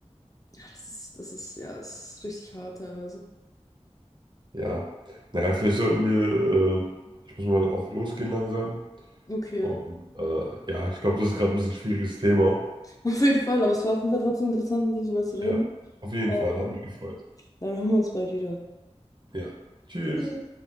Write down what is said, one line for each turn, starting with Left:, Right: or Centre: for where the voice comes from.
Left: Ja, das ist, das ist, ja, das ist richtig hart teilweise.
Right: Ja, naja, vielleicht sollten wir, äh, ich muss mal auch losgehen langsam.
Left: Okay.
Right: Und äh, ja, ich glaube, das ist gerade ein bisschen ein schwieriges Thema.
Left: <laughs> Auf jeden Fall, aber es war auf jeden Fall trotzdem interessant, mit dir darüber zu reden.
Right: Ja, auf jeden
Left: Ähm,
Right: Fall, hat mich gefreut.
Left: dann hören wir uns bald wieder.
Right: Ja, tschüss.
Left: Tschüss.